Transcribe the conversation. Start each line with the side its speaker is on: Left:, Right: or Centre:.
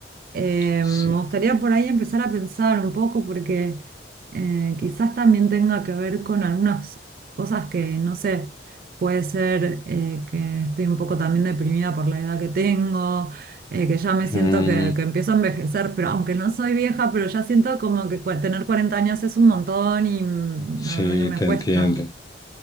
Right: Eh,
Left: Sí.
Right: me gustaría por ahí empezar a pensar un poco porque eh, quizás también tenga que ver con algunas cosas que, no sé, puede ser eh, que estoy un poco también deprimida por la edad que tengo, eh, que ya me siento
Left: Mm,
Right: que, que empiezo a envejecer, pero aunque no soy vieja, pero ya siento como que cua- tener 40 años es un montón y mm,
Left: sí,
Right: la verdad que me
Left: te
Right: cuesta.
Left: entiendo.